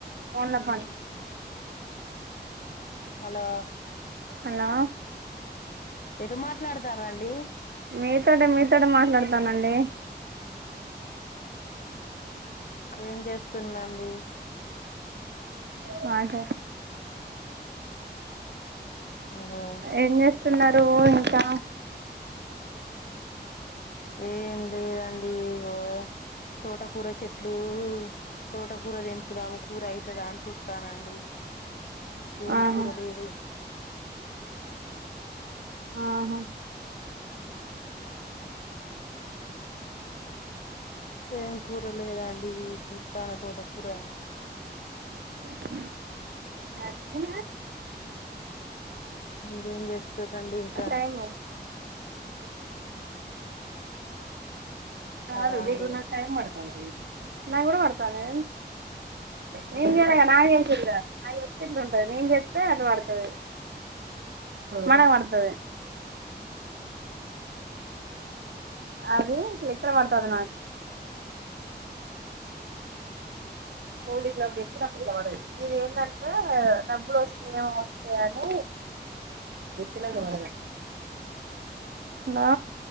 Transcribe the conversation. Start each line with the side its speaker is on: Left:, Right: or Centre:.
Right: ఫన్ల పో
Left: హలో
Right: అన్న
Left: ఎటు మాట్లాడతారండి
Right: మీతోట మీతోట మాట్లాడతానండి
Left: ఏం చేస్తుండండి
Right: మాంట
Left: హలో
Right: ఏం చేస్తున్నారు ఇంకా
Left: ఏం లేదండి ఇగో తోట కూర చెట్లు తోటకూర దంపుదాము కూర అయితే దాని చూస్తానండి సేమి
Right: ఆహా
Left: కూర లేలు ఉ
Right: ఆహా
Left: ఏం కూర లేదాండి సూన్న తోట కూర
Right: స
Left: ఇంకేం చేస్తందండి ఇంకా
Right: టైము కాదు
Left: హలో అండి
Right: నవు నా టైతద నా కూడా మతాదే నింగ్ ఎళగా నాసిద నా ఎస్తట్ ఉంటది నిం ఎస్తతే అట్ వాడతుది మనత అ ఎక్కడ వడట్లాడ ఇలా పెట్టి నా ఇది ఏంటంటే డబ్బులు వస్తా ఏమో వస్తాయ అని ఇలా హలో